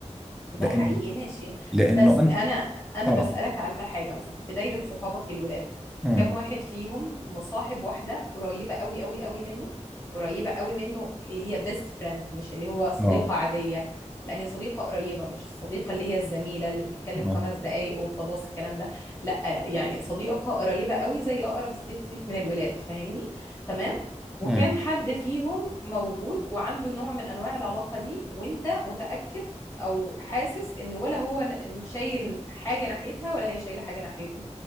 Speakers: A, on the left; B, in the centre.
A: ده
B: لأن
A: حقيقي ماشي
B: لأنه
A: بس
B: أنا
A: انا انا
B: آه
A: بسألك على حاجة مثلا في دايرة صحابك الولاد
B: أمم
A: كم واحد فيهم مصاحب واحدة قريبة قوي قوي قوي منه قريبة قوي منه اللي هي بيست فريند مش اللي هو صديقة
B: آه
A: عادية لا هي صديقة قريبة مش الصديقة اللي هي الزميلة اللي بتتكلم
B: آه
A: خمس دقايق وخلاص الكلام ده لا يعني صديقة قريبة قوي زي أقرب صديق ليك من الولاد فاهمني تمام وكام
B: أمم
A: حد فيهم موجود وعنده نوع من أنواع العلاقة دي وأنت متأكد او حاسس ان ولا هو ن- شايل حاجه ناحيتها ولا هي شايله حاجه ناحيته